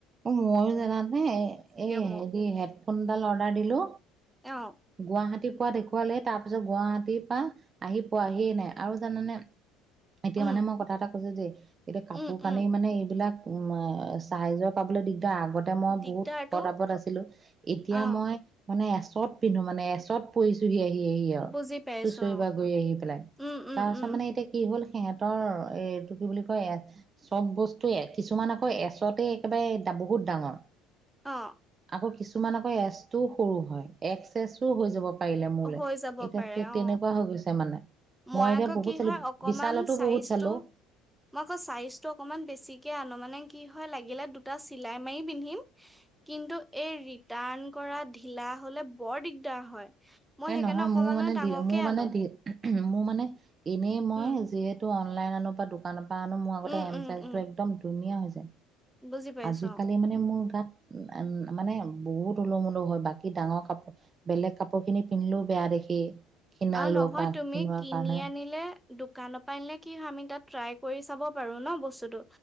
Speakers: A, on the right; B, in the centre.
A: অ ময়ো জানানে, এই
B: মোৰ
A: হেৰি হেডফোনডাল অৰ্ডাৰ দিলো
B: অ
A: গুৱাহাটী পোৱা দেখুৱালেই, তাৰ পিছত গুৱাহাটীৰ পৰা আহি পোৱাহিয়ে নাই আৰু জানানে? এতিয়া
B: উম
A: মানে মই কথা এটা ক খোজোঁ দে কিন্তু কাপোৰ
B: উম
A: কানি
B: উম
A: মানে এইবিলাক চাইজত পাবলে দিগ দা, আগতে মই
B: দিগদাৰটো
A: বহুত শকত আপত আছিলো এতিয়া
B: অ
A: মই মানে চৰ্ত পিন্ধো মানে, এছত পৰিছোহি । আহি আৰু
B: বুজি পাইছো
A: চুচৰি
B: অ
A: বাগৰি আহি পেলাই,
B: উম উম
A: তাৰ পাছত
B: উম
A: মানে এতিয়া কি হ'ল? সিহঁতৰ এইটো কি বুলি কয় এ চব বস্তু কিছুমান আকৌ এচতেই একেবাৰে বহুত ডাঙৰ।
B: অ' ।
A: আকৌ কিছুমান আকৌ এছ টোও সৰু হয় এক্স এছোও হৈ যাব পাৰিলে মোলে
B: হৈ যাব
A: এতিয়া
B: পাৰে অ
A: তেনেকুৱা
B: ।
A: হৈ গৈছে মানে
B: মই আকৌ
A: এতিয়া বহুত
B: কি
A: চালো
B: হয় অকণমান
A: বিশালতো
B: চাইজটো
A: বহুত চালো
B: মই আকৌ চাইজটো অকণমান বেছিকে আনো মানে কি হয় লাগিলে, দুটা চিলাই মাৰি পিন্ধিম কিন্তু এই ৰিটাৰ্ণ কৰা ঢিলা হলে বৰ দিগদাৰ হয়। মই
A: এ
B: সেইকাৰণে
A: নহয়
B: অকমান
A: মোৰ মানে
B: ডাঙৰকে
A: দিয়ে মোৰ মানে
B: আনো
A: দিয়ে উ মোৰ মানে। এনেই মই
B: উম
A: যিহেতু। অনলাইনো বা দোকান। বা। পৰা আনো মোৰ আগতে
B: উম
A: এম
B: উম
A: চাইজটো
B: উম
A: একদম ধুনীয়া হৈছে।
B: বুজি পাইছো
A: <inaudible> আজিকালি
B: অ
A: মানে মোৰ গাত মানে। বহুত ওলহ মুলহ হয় বাকী ডাঙৰ কাপোৰ বেলেগ কাপোৰ খিনি পিন্ধিলেও বেয়া দেখি। ক্ষীণালো
B: আ নহয়
A: কা
B: তুমি
A: ক্ষীণোৱাৰ
B: কিনি
A: কাৰণে
B: আনিলে। দোকানৰ পৰাই নিলে কি হয় আমি তাত ট্ৰাই কৰি চাব পাৰো ন বস্তুটো।